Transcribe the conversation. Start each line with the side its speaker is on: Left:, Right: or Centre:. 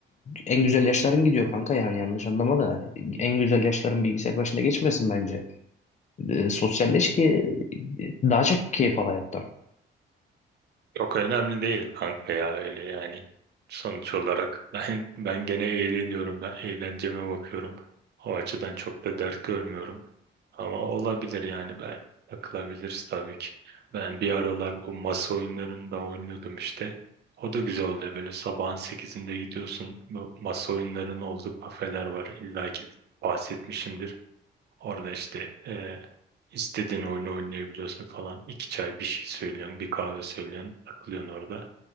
Left: e, en güzel yaşların gidiyor kanka yani yanlış anlama da en güzel yaşların bilgisayar başında geçmesin bence. E, sosyalleş ki e, daha çok keyif al hayattan.
Right: Yok önemli değil kanka ya öyle yani. Sonuç olarak <laughs> ben ben gene eğleniyorum. Ben eğlenceme bakıyorum. O açıdan çok da dert görmüyorum. Ama olabilir yani ben takılabiliriz tabii ki. Ben bir aralar bu masa oyunlarını da oynuyordum işte. O da güzel oluyor böyle sabahın sekizinde gidiyorsun. Bu masa oyunlarının olduğu kafeler var. İlla ki bahsetmişimdir. Orada işte e, istediğin oyunu oynayabiliyorsun falan. İki çay bir şey söylüyorsun, bir kahve söylüyorsun, takılıyorsun orada.